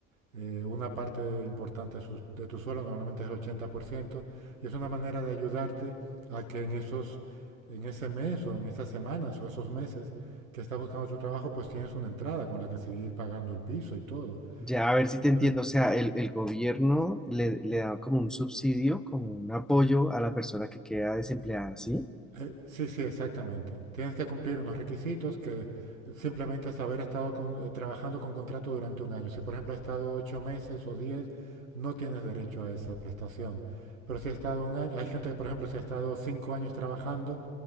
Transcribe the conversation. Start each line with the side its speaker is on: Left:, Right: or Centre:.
Right: eh, una parte importante de, su, de, tu suelo, normalmente es el 80% y es una manera de ayudarte a que en, esos, en ese mes o en esas semanas o esos meses que estás buscando otro trabajo, pues tienes una entrada con la que seguir pagando el piso y todo.
Centre: Ya, a ver si
Right: Entonces,
Centre: te entiendo. O sea, el, el gobierno le, le da como un subsidio, como un apoyo a la persona que queda desempleada, ¿sí?
Right: eh, sí, sí, exactamente. Tienes que cumplir unos requisitos que simplemente es haber estado con, eh, trabajando con contrato durante un año. Si, por ejemplo, has estado ocho meses o diez, no tienes derecho a esa prestación. Pero si has estado un año, hay gente que, por ejemplo, si ha estado cinco años trabajando,